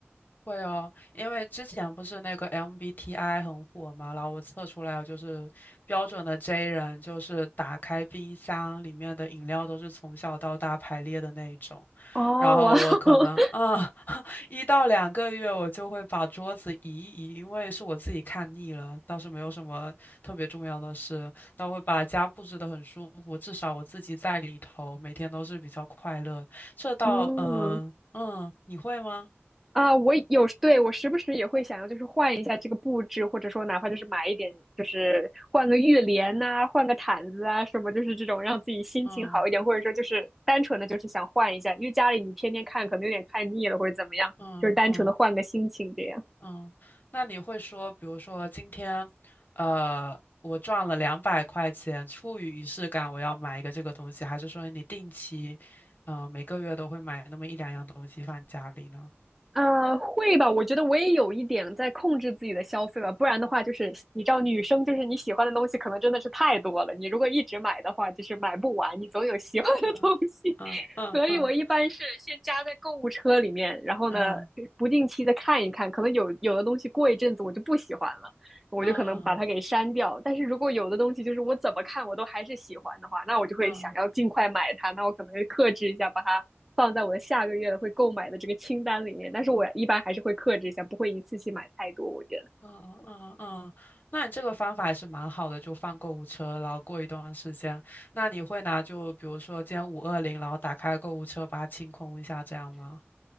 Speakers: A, on the left; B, in the centre.
A: 会哦，因为之前不是那个 MBTI 很火嘛，然后我测出来就是标准的 J 人，就是打开冰箱里面的饮料都是从小到大排列的那一种。
B: 哦，
A: 然后我可能嗯
B: 哇哦，
A: <laughs>，一到两个月我就会把桌子移一移，因为是我自己看腻了，倒是没有什么特别重要的事，但我会把家布置得很舒服，至少我自己在里头每天都是比较快乐。这倒嗯嗯，
B: <laughs> 嗯。
A: 你会吗？
B: 啊，我有，时对，我时不时也会想要，就是换一下这个布置，或者说哪怕就是买一点，就是换个浴帘呐、换个毯子啊，什么，就是这种让自己心情好一点，
A: 嗯。
B: 或者说就是单纯的就是想换一下，因为家里你天天看可能有点看腻了，或者怎么样，
A: 嗯嗯
B: 就是单纯的换个心情这样。
A: 嗯，那你会说，比如说今天，呃，我赚了两百块钱，出于仪式感，我要买一个这个东西，还是说你定期，呃，每个月都会买那么一两样东西放家里呢？
B: 呃，会吧？我觉得我也有一点在控制自己的消费吧，不然的话，就是你知道，女生就是你喜欢的东西可能真的是太多了，你如果一直买的话，就是买不完，你总有喜欢的东西。
A: 嗯嗯嗯嗯
B: <laughs> 所以我一般是先加在购物车里面，然后呢，
A: 嗯
B: 不定期的看一看，可能有有的东西过一阵子我就不喜欢了。我就可能把它给删掉。
A: 嗯嗯
B: 但是如果有的东西就是我怎么看我都还是喜欢的话，那我就会想要尽快买它。
A: 嗯
B: 那我可能会克制一下，把它放在我的下个月的会购买的这个清单里面。但是我一般还是会克制一下，不会一次性买太多。我觉得
A: 嗯嗯嗯，那你这个方法还是蛮好的，就放购物车，然后过一段时间，那你会拿就比如说今天五二零，然后打开购物车把它清空一下，这样吗？